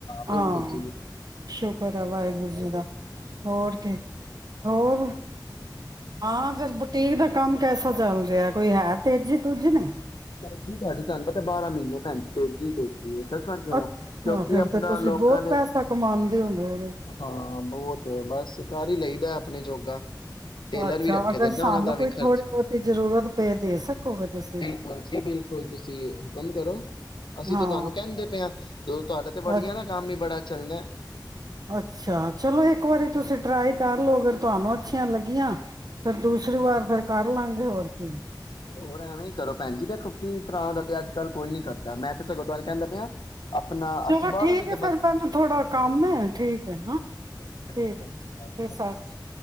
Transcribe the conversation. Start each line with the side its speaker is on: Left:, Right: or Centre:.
Left: ਬਿਲਕੁਲ
Right: ਹਾਂ,
Left: ਜੀ ਬਿਲਕੁਲ
Right: ਸ਼ੁਕਰ ਆ ਵਾਹਿਗੁਰੂ ਜੀ ਦਾ ਹੋਰ ਕੀ ਹੋਰ ਹਾਂ, ਫਿਰ ਬੁਟੀਕ ਦਾ ਕੰਮ ਕੈਸਾ ਚੱਲ ਰਿਹਾ, ਕੋਈ ਹੈ ਤੇਜ਼ੀ ਤੂਜੀ ਨਹੀਂ
Left: ਤੇਜੀ ਤੁਹਾਨੂੰ ਪਤਾ ਤੇ ਬਾਰਾਂ ਮਹੀਨੇ ਭੈਣਜੀ ਤੇਜੀ ਤੇਜ ਦੱਸਾਂ ਕਿਉਂ,
Right: ਅੱਛਾ
Left: ਕਿਉਂਕਿ
Right: ਫਿਰ
Left: ਆਪਣਾ
Right: ਤੇ ਤੁਸੀਂ
Left: ਲੋਕਾਂ
Right: ਬਹੁਤ
Left: ਨੇ
Right: ਪੈਸਾ ਕਮਾਉਂਦੇ ਹੁੰਦੇ ਹੋਗੇ
Left: ਹਾਂ ਬਹੁਤ ਬਸ ਕਾਰ ਹੀ ਲਈਦਾ ਆਪਣੇ ਜੋਗਾ ਟੇਲਰ
Right: ਅੱਛਾ,
Left: ਵੀ ਰੱਖੇ
Right: ਅਗਰ
Left: ਦੇ ਨਾ
Right: ਸਾਨੂੰ
Left: ਉਹਨਾਂ ਦਾ ਵੀ
Right: ਕੋਈ
Left: ਖਰਚ
Right: ਥੋੜੀ ਬਹੁਤੀ ਜ਼ਰੂਰਤ ਪਏ ਦੇ ਸਕੋਗੇ ਤੁਸੀਂ
Left: ਿਲ ਜੀ ਬਿਲਕੁਲ, ਤੁਸੀਂ ਹੁਕਮ ਕਰੋ ਅਸੀਂ
Right: ਹਾਂ
Left: ਤੇ ਤੁਹਾਨੂੰ ਕਹਿੰਦੇ ਪਏ ਹਾਂ ਜਦੋਂ ਤੁਹਾਡਾ ਤੇ ਵੜੀਆਂ
Right: ਬਸ
Left: ਦਾ ਕੰਮ ਹੀ ਬੜਾ ਚਲਣਾ
Right: ਅੱਛਾ, ਚਲੋ ਇੱਕ ਵਾਰੀ ਤੁਸੀਂ ਟਰਾਈ ਕਰ ਲਓ, ਅਗਰ ਤੁਹਾਨੂੰ ਅੱਛੀਆਂ ਲੱਗੀਆਂ ਫਿਰ ਦੂਸਰੀ ਵਾਰ ਫਿਰ ਕਰ ਲਾਗੇ ਹੋਰ ਕੀ
Left: ਹੋਰ ਐਵੇਂ ਹੀ ਕਰੋ ਭੈਣ ਜੀ, ਦੇਖੋ ਫਰੀ ਫਰਾ ਦਾ ਤੇ ਅੱਜ ਕੱਲ ਕੋਈ ਨੀ ਕਰਦਾ, ਮੈਂ ਤੇ ਸਗੋਂ ਤੁਹਾਨੂੰ ਕਹਿੰਦਾ ਪਿਆ ਆਪਣਾ
Right: ਚਲੋ,
Left: ਅਸੀਂ ਬਾਹਰੋਂ
Right: ਠੀਕ
Left: ਵੀ
Right: ਹੈ
Left: ਤੇ ਬੰਦ।
Right: ਫੇਿਰ ਮੈਨੂੰ ਥੋੜਾ ਕੰਮ ਹੈ ਠੀਕ ਹੈ
Left: ਸਤਿ ਸ਼੍ਰੀ
Right: ਠੀਕ
Left: ਅਕਾਲ
Right: ਸਤਿ
Left: ਜੀ
Right: ਸ੍ਰੀ